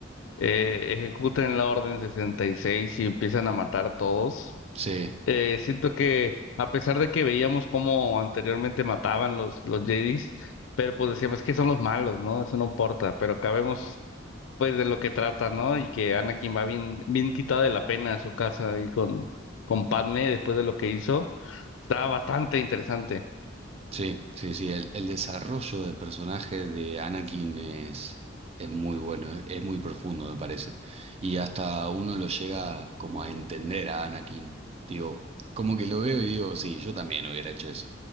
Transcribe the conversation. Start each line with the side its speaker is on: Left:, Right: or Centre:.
Left: eh, ejecuten la orden 66 y seis y empiezan a matar todos,
Right: Sí.
Left: eh, siento que a pesar de que veíamos cómo anteriormente mataban los, los Jedis, pero pues decíamos que son los malos, ¿no? Eso no importa, pero acá vemos pues de lo que trata, ¿no? Y que Anakin va bien, bien quitado de la pena a su casa ahí con, con Padme después de lo que hizo. Está bastante interesante.
Right: Sí, sí, sí, el, el desarrollo del personaje de Anakin es, es muy bueno, es, es muy profundo, me parece. Y hasta uno lo llega como a entender a Anakin. Digo, como que lo veo y digo, sí, yo también hubiera hecho eso.